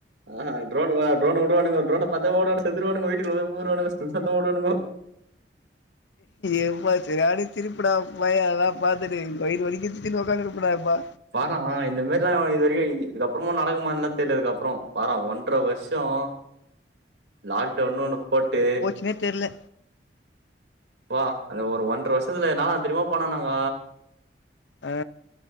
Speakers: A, on the right; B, on the left.
A: ஆ ட்ரோன் விடுவானுங்க டரோன பாத்த ஓடுவாங்க செத்துருவானங்க வீட்டுக்கு குள்ள போய் பூர்வாங்க சந்து சந்தா ஓடுவானுங்க
B: எப்பா சரியான சிரிப்பு டா எப்பா அதல்லா பார்த்தட்டு வயிறு வலிக சிரிச்சிட் உடக்கானு இருப்படாப்பா
A: வெண்ணா இந்த மாதிரி எல்லாம் இது வரைக்கும் இது இதுக்கப்புறமா நடக்குமால்லா தெரியதுக்கு அப்புறம் வாரா ஒன்றர வருஷம் லாக்டவுன்னு ஒன்னு போட்டு
B: னே தெர்ல
A: வா அது ஒரு ஒன்ற வருஷத்துல என்னான்ன தெரிமா பண்ணோ நாங்க
B: ஆ